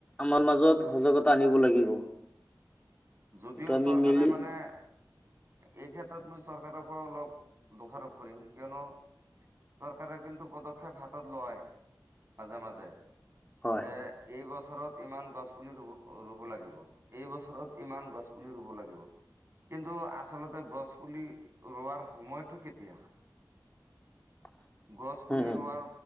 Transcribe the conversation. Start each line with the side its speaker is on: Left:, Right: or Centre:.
Left: আমাৰ মাজত সহজাগতা আনিব লাগিব।
Right: যদিও
Left: এইটো আমি
Right: চৰকাৰে
Left: মিলি
Right: মানে এই ক্ষেত্ৰত মই চৰকাৰকো অলপ দোষাৰোপ কৰিম কিয়নো চৰকাৰে কিন্তু পদক্ষেপ হাতত লয় মাজে মাজে
Left: হয়
Right: যে এই বছৰত ইমান গছপুলি ৰুব ৰুব লাগিব এই বছৰত ইমান গছ পুলি ৰুব লাগিব কিন্তু আচলতে গছ পুলি ৰোৱাৰ সময়টো কেতিয়া
Left: <unintelligible>
Right: গছ পুলি
Left: উম, উম,
Right: ৰোৱাৰ